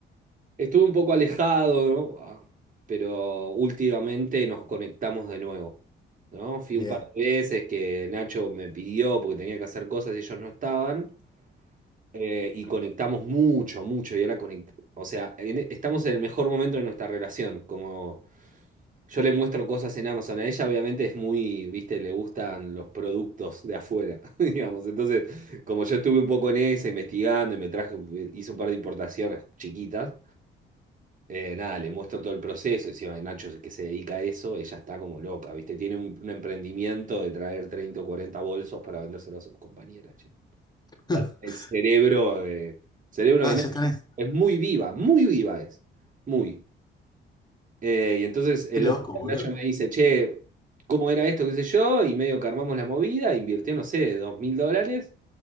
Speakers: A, on the right (about 40°); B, on the left (about 20°).
A: Estuve un poco alejado, ¿no? Ah, Pero últimamente nos conectamos de nuevo, ¿no? Fui
B: Bien.
A: un par de veces que Nacho me pidió porque tenía que hacer cosas y ellos no estaban. eh, y conectamos mucho, mucho. Y ahora conect... O sea, en- estamos en el mejor momento de nuestra relación, como Yo le muestro cosas en Amazon. A ella obviamente es muy, viste, le gustan los productos de afuera, <laughs> digamos. Entonces, como yo estuve un poco en esa, investigando y me traje, hice un par de importaciones chiquitas, eh, nada, le muestro todo el proceso. Encima de Nacho que se dedica a eso, ella está como loca, viste. Tiene un, un emprendimiento de traer 30 o 40 bolsos para vendérselos a sus compañeras, che.
B: <laughs>
A: La- El cerebro de, cerebro
B: Ah,
A: de
B: ya
A: Nacho
B: tenés.
A: es muy viva, muy viva es. Muy. Eh, y entonces el
B: Qué loco,
A: otro día
B: boludo.
A: Nacho me dice, che, ¿cómo era esto? ¿Qué sé yo? Y medio que armamos la movida, invirtió, no sé, dos mil dólares